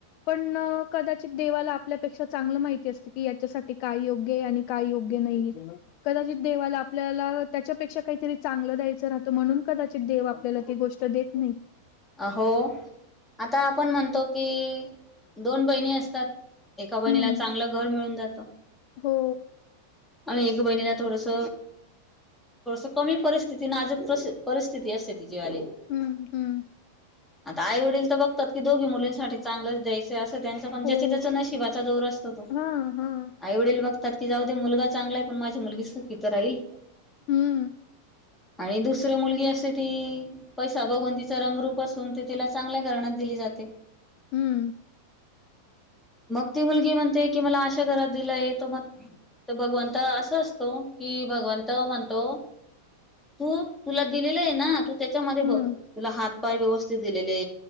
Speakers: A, on the left (about 45°); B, in the centre.
A: पण, कदाचित देवाला आपल्यापेक्षा चांगलं माहिती असते की याच्यासाठी काय योग्य आणि काय योग्य नाही हे, कदाचित देवाला आपल्याला त्याच्यापेक्षा काहीतरी चांगलं द्यायचं राहतं, म्हणून कदाचित देव आपल्याला ती गोष्ट देत नाही.
B: अहो, आता आपण म्हणतो की दोन बहिणी असतात, एका बहिणीला
A: हं,
B: चांगलं घर मिळून जातं.
A: हो.
B: आणि एक बहिणीला थोडस थोडस कमी परिस्थिती नाजुक अशी, परिस्थिती असते तीजी वाली.
A: हम्म, हम्म
B: आता आई वडील तर बघतात की दोघी मुलींसाठी चांगलंच दयस. असं ज्यांच पण ज्याच
A: हो.
B: -त्याच नशिबाचा जोर असतो तो,
A: हां, हां.
B: अरे होईल बघतात तिज अजून मुलगाच चांगलाय हाय, पण माझी मुलगी तर सुखी राहील.
A: हं,
B: आणि दुसरं मुलगी असते ती पैसा भगवंतीच रंगरूप असून ते तिला चांगल्या घराण्यात दिली जाते.
A: हम्म.
B: मग ती मुलगी म्हणते की मला अशा घरात दिलंय, तर मग तर भगवंत असं असतो, की भगवंत म्हणतो तू, तुला दिलेलं आहे ना तू त्याच्यामध्ये
A: हं,
B: बघ, तुला हात पाय व्यवस्थित दिलेले